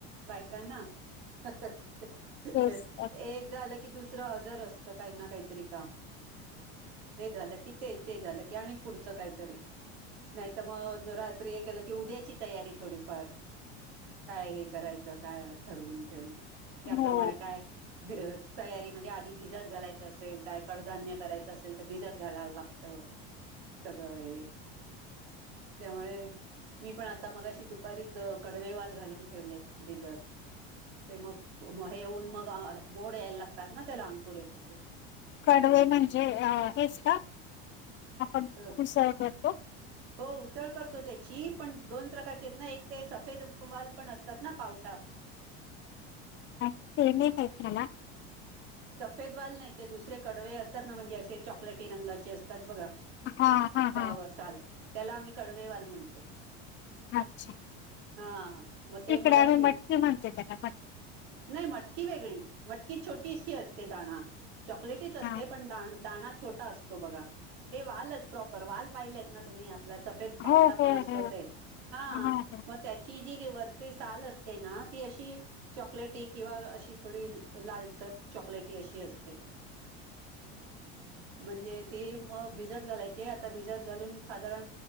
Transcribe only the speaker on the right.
बायकांना ह ह
ह
एक झालं की की दुसरं हजर असत काही ना काही तरी काम हे झालं की, ते झालं की आणि पुढच काही तरी नाही त मग रात्री हे केलं की उद्याची तयारी थोडीफार, काय हे करायचं काय ठरवून ठेवून. त्याप्रमाणे
काय भिजत तयारी म्हणजे आधी भिजत घालायचं असेल, काय कडधान्य करायचं असेल, तर भिजत घालायला लागत सगळं हे. त्यामुळे, मी पण आता मग अशी दुपारीच कडवेवाल घालून ठेवले भिजत ते मग हे होऊन, मग मोड यायला लागतात ना त्याला अंकुर येत ते.
अ
हो उसळ करतो त्याची पण दोन प्रकारचे आहेत ना? एक ते सफेद वाल पण असतात ना पावटा.
सफेद वाल नाही ते दुसरे कडवे असतात ना म्हणजे असे चॉकलेटी रंगाचे असतात बघा.
कवर
साल त्याला आम्ही कडवेवाल म्हणतो.
हां म ते
मगाशी
नाही मटकी वेगळी मट की छोटीशी अस ते दाणा. चॉकलेटीच असते
पण दान दाणा छोटा असतो बघा. हे वालच प्रॉपर वाल पाहिलेत ना तुम्ही? <unintelligible> सफेद पावटा
पण असतो
ते हां
म त्याची जी ते वरचे साल असते ना ती अशी चॉकलेटी किंवा अशी थोडी लालसर चॉकलेटी अशी असते ती. म्हणजे ते म भिजत घालायचे आता भिजत घालून साधारण